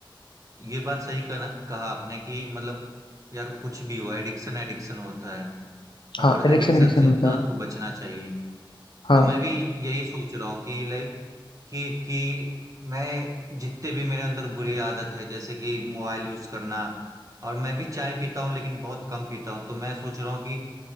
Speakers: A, on the right (about 40°); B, on the left (about 70°).
A: ये बात सही कहा कहा आपने कि मतलब यार कुछ भी हो एडिक्शन एडिक्शन होता है और
B: हाँ एडिक्शन
A: एडिक्शन
B: एडिक्शन
A: से इंसान
B: होता है
A: को बचना चाहिए
B: हाँ
A: तो मैं भी यही सोच रहा हूँ कि लाइक कि कि मैं जितने भी मेरे अंदर बुरी आदत है जैसे कि मोबाइल यूज करना और मैं भी चाय पीता हूँ लेकिन बहुत कम पीता हूँ तो मैं सोच रहा हूँ कि